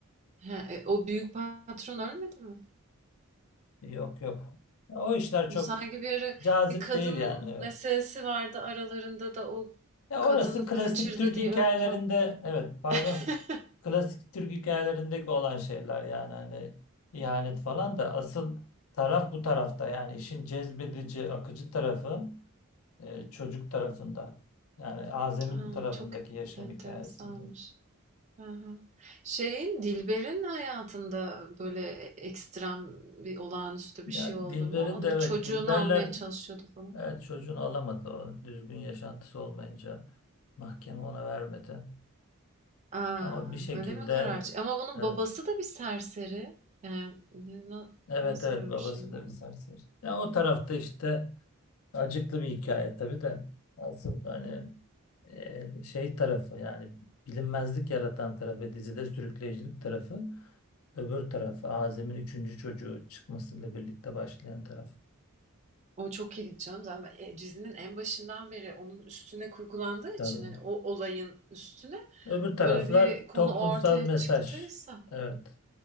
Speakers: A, on the right; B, on the left.
A: He, e, o büyük patron ölmedi mi?
B: Yok yok. Ya O işler çok
A: Sanki bir ara
B: cazip
A: bir kadın
B: değil yani. Evet.
A: meselesi vardı aralarında da o
B: Ya
A: kadını
B: orası klasik
A: kaçırdı
B: Türk
A: diye
B: hikayelerinde
A: öldü falan.
B: evet pardon.
A: <laughs>
B: Klasik Türk hikayelerindeki olan şeyler yani hani ihanet falan da asıl taraf bu tarafta yani işin cezbedici akıcı tarafı e, çocuk tarafında. Yani Azem'in
A: Aa,
B: tarafındaki
A: çok
B: yaşam
A: enteresanmış.
B: hikayesinde.
A: Hı hı. Şeyin, Dilber'in hayatında böyle ekstrem bir olağanüstü
B: Ya
A: bir şey oldu
B: Dilber'in
A: mu? O
B: de
A: da
B: evet
A: bir çocuğunu
B: Dilberler
A: almaya çalışıyordu falan.
B: evet çocuğunu alamadı o düzgün yaşantısı olmayınca mahkeme ona vermedi.
A: Aa,
B: Ama bir şekilde
A: öyle mi karar? çı- Ama bunun
B: evet
A: babası da bir serseri. Yani ne- na-
B: evet
A: nasıl
B: evet
A: öyle
B: babası
A: bir şey?
B: da bir serseri. Ya o tarafta işte acıklı bir hikaye tabii de asıl hani e, şey tarafı yani bilinmezlik yaratan tarafı dizide sürükleyicilik tarafı Öbür taraf Azem'in üçüncü çocuğu çıkmasıyla birlikte başlayan taraf.
A: O çok ilginç canım. Zaten e, dizinin en başından beri onun üstüne kurgulandığı
B: Tabii.
A: için hani o olayın üstüne
B: Öbür
A: öyle
B: taraflar
A: bir konu
B: toplumsal
A: ortaya
B: mesaj.
A: çıktıysa.
B: Evet.